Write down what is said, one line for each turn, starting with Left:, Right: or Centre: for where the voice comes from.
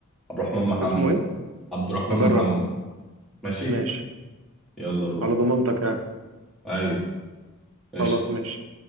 Centre: عبد الرحمن محمد
Right: اسمه ايه
Centre: عبد الرحمن
Right: اجرب
Centre: محمد
Right: يعني
Centre: ماشي
Right: ماشي
Centre: يلا بروح
Right: على ضمانتك يعني
Centre: ايوه قشطه
Right: خلاص ماشي